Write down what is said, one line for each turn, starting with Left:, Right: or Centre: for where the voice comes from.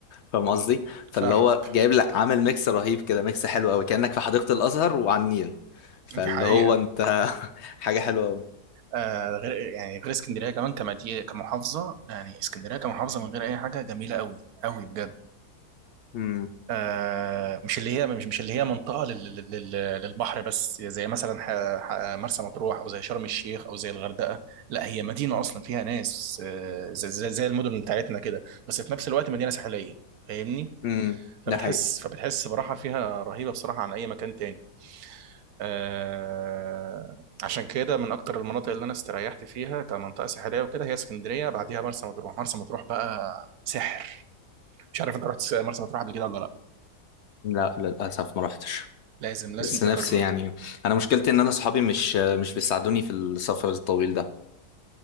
Left: فاهم قصدي فاللي
Right: فاهمك
Left: هو جايب لك عامل ميكس رهيب كده ميكس حلو قوي كأنك في حديقة الأزهر وعلى النيل فاللي
Right: دي حقيقة
Left: هو انت <laughs> حاجة حلوة قوي
Right: آه، غير يعني غير اسكندرية كمان كمدينة كمحافظة يعني اسكندرية كمحافظة من غير أي حاجة جميلة قوي قوي بجد
Left: امم
Right: آه، مش اللي هي مش مش اللي هي منطقه لل- لل- لل- للبحر بس زي مثلا ح- ح- مرسى مطروح او زي شرم الشيخ او زي الغردقه لا هي مدينه اصلا فيها ناس آه، زي زي زي المدن بتاعتنا كده بس في نفس الوقت مدينه ساحليه فاهمني
Left: امم
Right: فبتحس
Left: ده حقيقي
Right: فبتحس براحه فيها رهيبه بصراحه عن اي مكان تاني آه، عشان كده من اكتر المناطق اللي انا استريحت فيها كمنطقه ساحليه وكده هي اسكندريه بعديها مرسى مطروح مرسى مطروح بقى سحر مش عارف انت رحت مرسى مطروح قبل كده ولا لا
Left: لا للأسف ما رحتش
Right: لازم لازم
Left: بس
Right: تجرب
Left: نفسي يعني انا مشكلتي ان انا صحابي مش مش بيساعدوني في السفر الطويل ده